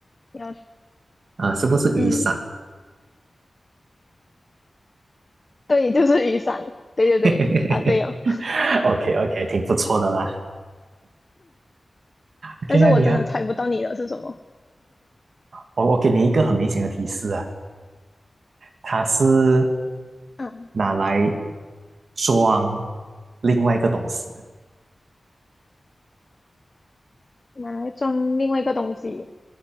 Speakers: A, on the left (about 35°); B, on the right (about 75°).
A: 你要，
B: 啊，是不是雨伞
A: 嗯，对，就是雨伞。对对对，
B: <laughs>？OK
A: 答对哦。
B: OK，挺不错的啦。OK
A: 但是我真的猜不到你的是什么。
B: 啊，你啊，我我给你一个很明显的提示啊，它是
A: 嗯，
B: 拿来装另外一个东西的。
A: 拿来装另外一个东西。